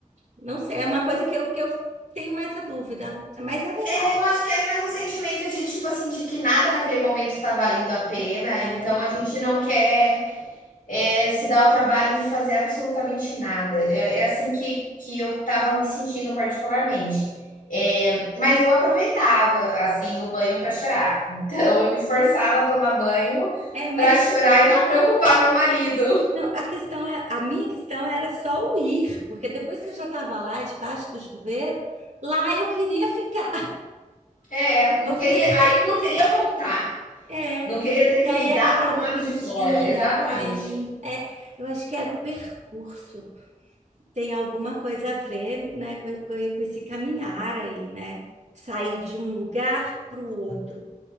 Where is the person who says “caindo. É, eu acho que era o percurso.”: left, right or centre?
Right